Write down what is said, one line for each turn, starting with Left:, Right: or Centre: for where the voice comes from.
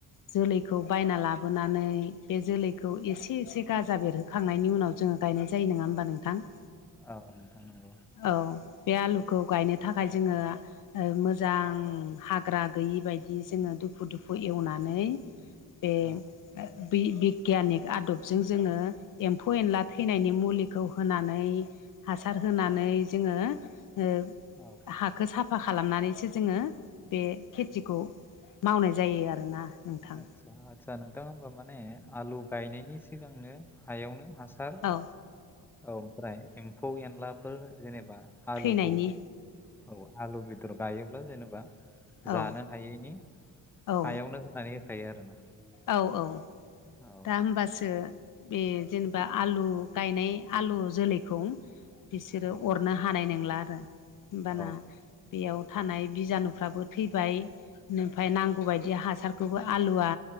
Left: जोलैखौ बायना लाबोनानै बे जोलैखौ एसे एसे गाजा बेरहो खांनायनि उनाव जोङो गायनाय जायो नङा होमबा नोंथां
Centre: औ नोंथां नंगौ
Left: औ बे आलुखौ गायनो थाखाय जोङो ओ मोजां ओ हाग्रा गैयि बायदि जोङो दुफु दुफु एवनानै बे
Centre: औ
Left: ओ बि बिगियानिक आदबजों जोङो एम्फौ एनला थैनायनि मुलिखौ होनानै हासार होनानै जोङो ओ
Centre: औ
Left: हाखो साफा खालामनानैसो जोङो बे खेथिखौ मावनाय जायो आरोना नोंथां
Centre: आदसा आदसा नोंथां होमबा माने आलु गायनायनि सिगांनो हायावनो हासा र
Left: औ
Centre: औ ओमफ्राय एम्फौ एनलाफोर जेनेबा आलुखौ
Left: थैनायनि
Centre: औ आलु बेदर गायोब्ला जेनेबा
Left: औ
Centre: जानो हायैनि
Left: औ
Centre: हायावनो हो नानै होखायो आरोना
Left: औ औ
Centre: औ
Left: दा होमबासो बे जेनेबा आलु गायनाय आलु जोलैखौ बिसोरो
Centre: औ औ
Left: अरनो हानाय नंला आरो होनबाना
Centre: औ औ
Left: बेयाव थानाय बिजानुफ्राबो थैबाय मफ्राय नांगौबायदि बिदि हासारखौबो आलुआ